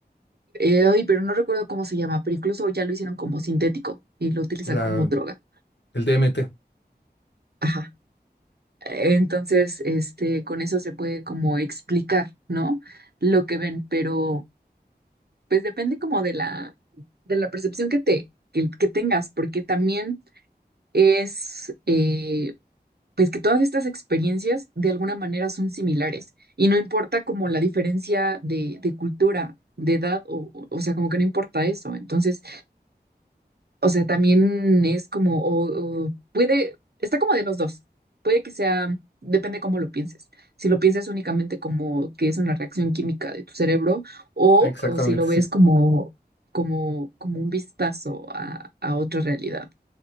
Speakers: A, on the right; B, on the left.
A: Eh, ay, pero no recuerdo cómo se llama, pero incluso ya lo hicieron como sintético y lo utilizan
B: La,
A: como droga.
B: el DMT,
A: Ajá. Entonces, este, con eso se puede como explicar, ¿no? Lo que ven, pero pues depende como de la, de la percepción que te, que, que tengas, porque también es, eh, pues que todas estas experiencias de alguna manera son similares y no importa como la diferencia de, de cultura, de edad, o, o o sea, como que no importa eso. Entonces, O sea, también es como, o, o puede, está como de los dos. Puede que sea, depende cómo lo pienses. Si lo piensas únicamente como que es una reacción química de tu cerebro, o,
B: exactamente,
A: o si lo
B: sí.
A: ves como, como, como un vistazo a, a otra realidad.